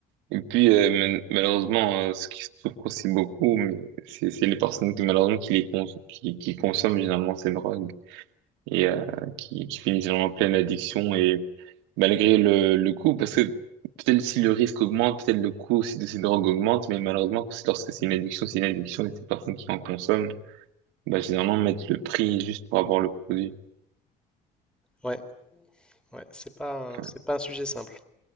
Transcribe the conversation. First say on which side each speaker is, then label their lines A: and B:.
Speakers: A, on the right; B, in the centre.
A: Et puis, euh, mal- malheureusement, euh, ce qui souffre aussi beaucoup, mais c'est c'est les personnes qui, malheureusement, qui les cons qui, qui consomment généralement ces drogues et euh, qui, qui finissent généralement en pleine addiction et malgré le, le coût, parce que peut-être si le risque augmente, peut-être le coût aussi de ces drogues augmente, mais malheureusement, c'est lorsque c'est une addiction, c'est une addiction et ces personnes qui en consomment, bah, généralement, mettent le prix juste pour avoir le produit.
B: Ouais, ouais, c'est pas un-
A: Ouais,
B: c'est pas un sujet simple.